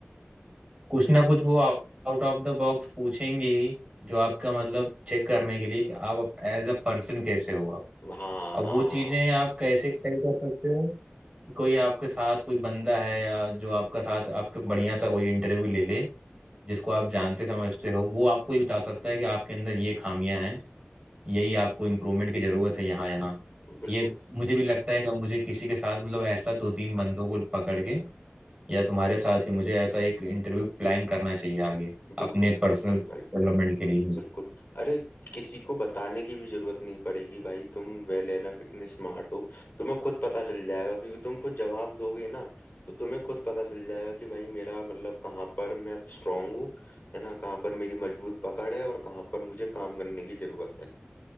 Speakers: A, on the right; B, on the left.
A: कुछ ना कुछ वो आउट ऑफ द बॉक्स पूछेंगे ही जो आपका मतलब चेक करने के लिए कि आप एज अ पर्सन कैसे हो आप
B: हाँ
A: अब
B: हाँ
A: वो चीजें आप कैसे सही कर सकते हो कि कोई आपके साथ कोई बंदा है या जो आपका साथ आपके बढ़िया सा कोई इंटरव्यू ले ले जिसको आप जानते समझते हो वो आपको ही बता सकता है कि आपके अंदर ये खामियां हैं यही आपको इम्प्रूवमेंट की ज़रूरत है यहाँ यहाँ
B: बिल्कुल
A: ये मुझे भी लगता है कि अब मुझे किसी के साथ मतलब ऐसा दो तीन बंदों को पकड़ के या तुम्हारे साथ ही मुझे ऐसा एक इंटरव्यू प्लान करना चाहिए आगे
B: बिल्कुल
A: अपने पर्सनल
B: बिल्कुल
A: डेवलपमेंट
B: भाई
A: के लिए
B: बिल्कुल अरे किसी को बताने की भी जरूरत नहीं पड़ेगी भाई तुम वेल एनफ इतने स्मार्ट हो तुम्हें खुद पता चल जाएगा क्योंकि तुम खुद जवाब दोगे ना तो तुम्हें खुद पता चल जाएगा कि भाई मेरा मतलब कहाँ पर मैं स्ट्रांग हूँ है ना कहाँ पर मेरी मजबूत पकड़ है और कहाँ पर मुझे काम करने की जरूरत है